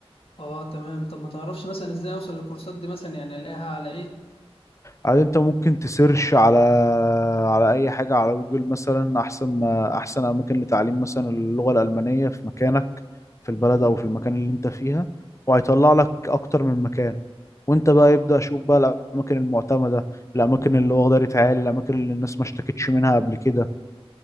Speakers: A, on the left (about 65°); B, on the left (about 30°).
A: اه تمام طب ما تعرفش مثلا ازاي اوصل للكورسات دي مثلا يعني الاقيها على ايه
B: يعني انت ممكن تسيرش على على اي حاجة على جوجل مثلا احسن ما احسن اماكن لتعليم مثلا اللغة الألمانية في مكانك في البلد
A: امم
B: او في المكان اللي انت فيها وهيطلع لك اكتر من مكان وانت بقى
A: اه
B: يبدأ شوف بقى الاماكن المعتمدة الاماكن اللي واخدة عالي الاماكن اللي الناس ما اشتكتش منها قبل كده